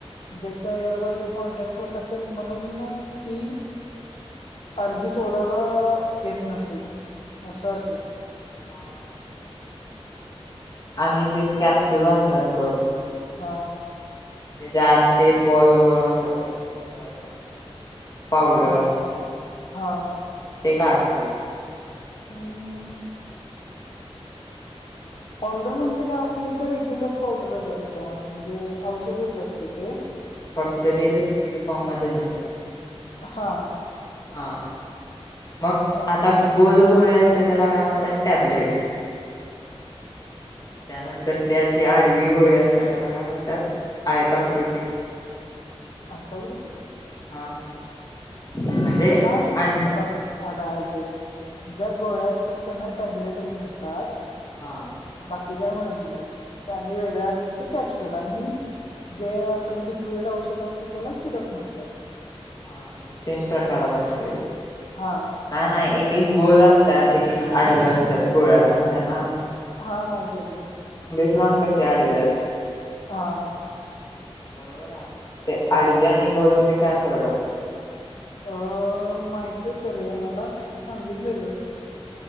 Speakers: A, on the left; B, on the left.
A: ज्याचा एअरमध्येध्ये कॉन्टॅक्ट होत असेल, म्हणून ती अर्धी तोडाला येत नसेल, असं असेल.
B: ह आणि जे कॅप्सुल असतात बघ
A: हा.
B: त्याच्या आत ते बॉल बॉल असतात. किंवा <unintelligible>
A: हा
B: असत्या
A: हा.
B: ते काय असतयं?
A: <inaudible> पावडर म्हणजे काय? आपल्या ते रेग्युलर पावडरच असत्या म्हणजे औषधच असते ते.
B: फक्त ते लिक्विड फॉर्म मध्ये नसते?
A: हा.
B: हा. मग
A: आणि
B: आता गोल गोळे असते, त्याला काय म्हणतात टँबलेट? त्यानंतर ते अे आडवी गोळी असतात. त्याला काय म्हणतात? आयताकृती.
A: आयताकृती?
B: हा. म्हणजे अं
A: नाही बघ ऐक ऐक. ज्या गोळ्या असतात. त्यांना टॅबलेटच म्हणतात.
B: हा
A: बाकी काय म्हणा? त्यां वेगळे असते ते कॅप्सुल आणि. जे आपण लिक्विड औषध असते, त्याला सिरप म्हणतात.
B: हा म्ह तीन प्रकारात असते.
A: हा
B: ना नाही एक एक गोल असतात. एक आडव्या असतात, गोळ्या माहितय ना.
A: हा माहिती आहे. <unintelligible>
B: <unintelligible> आडवे असतात.
A: हा.
B: बरोबर आहे. म ते
A: हा
B: आडव्या आणि गोलमध्येध्ये काय फरक असतो?
A: अ माहिती होत, रे मला सांगितलेलं.